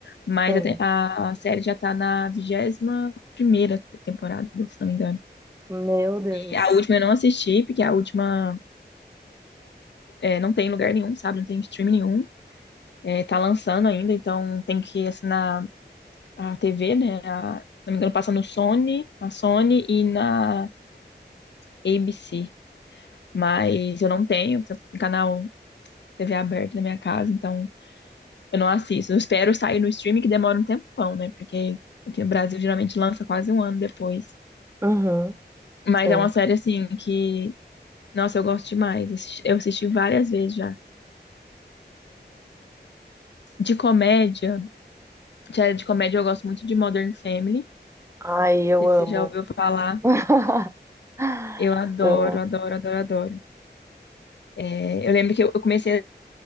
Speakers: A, on the left; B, on the right.
A: Mas
B: Sim,
A: a, te- a a série já tá na vigésima primeira te- temporada, se não me engano.
B: meu Deus.
A: E a última eu não assisti, porque a última é, não tem em lugar nenhum, sabe? Não tem stream nenhum. É, tá lançando ainda, então tem que assinar a TV, né? A, se não me engano, passa no Sony, na Sony e na ABC. Mas eu não tenho, porque eu tenho canal TV aberto na minha casa, então eu não assisto. Eu espero sair no streaming, que demora um tempão, né? Porque aqui no Brasil geralmente lança quase um ano depois.
B: Uhum,
A: Mas
B: sim.
A: é uma série, assim, que, nossa, eu gosto demais. Assisti- Eu assisti várias vezes já. De comédia, série de comédia eu gosto muito de Modern Family. Não
B: Ai, eu
A: sei
B: amo.
A: se você já ouviu falar.
B: <laughs>
A: Eu adoro,
B: Amo.
A: adoro, adoro, adoro. É, eu lembro que eu, eu comecei a